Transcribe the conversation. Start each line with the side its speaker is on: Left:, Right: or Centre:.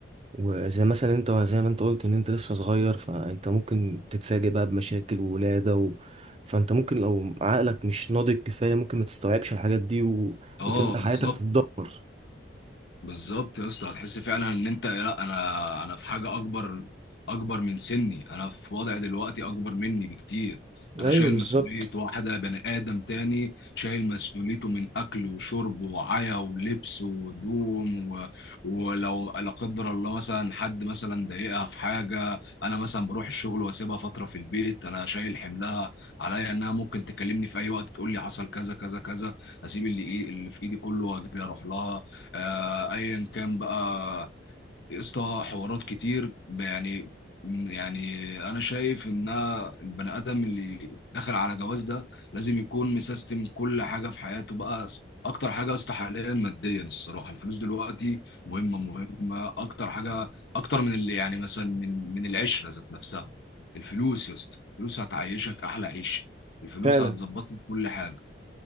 Right: وزي مثلا أنت زي ما أنت قلت إن أنت لسه صغير فأنت ممكن تتفاجئ بقى بمشاكل وولادة و... فأنت ممكن لو عقلك مش ناضج كفاية ممكن ما تستوعبش الحاجات دي و...
Left: اه
Right: وتبدأ
Left: بالظبط
Right: حياتك تتدمر
Left: بالظبط يا اسطى هتحس فعلا ان انت لا انا انا في حاجه اكبر اكبر من سني انا في وضع دلوقتي اكبر مني بكتير انا
Right: أيوه
Left: شايل
Right: بالظبط
Left: مسؤوليه واحده بني ادم تاني شايل مسؤوليته من اكل وشرب وعيا ولبس وهدوم و... ولو لا قدر الله مثلا حد مثلا ضايقها في حاجه انا مثلا بروح الشغل واسيبها فتره في البيت انا شايل حملها عليا انها ممكن تكلمني في اي وقت تقول لي حصل كذا كذا كذا اسيب اللي ايه اللي في ايدي كله واجري اروح لها آه، ايا كان بقى قصة حوارات كتير يعني يعني انا شايف ان البني ادم اللي دخل على جواز ده لازم يكون مسيستم كل حاجه في حياته بقى اكتر حاجه يا اسطى حاليا ماديا الصراحه الفلوس دلوقتي مهمه مهمه اكتر حاجه اكتر من اللي يعني مثلا من من العشره ذات نفسها الفلوس يا اسطى الفلوس هتعيشك احلى عيش الفلوس
Right: فعلا
Left: هتظبط لك كل حاجه